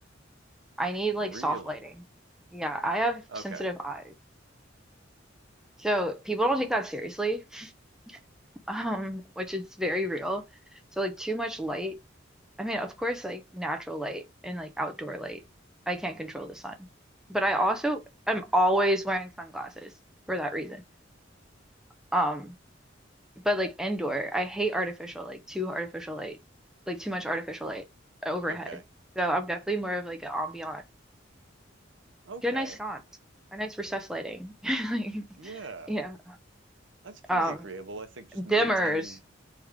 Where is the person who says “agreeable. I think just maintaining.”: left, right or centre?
Right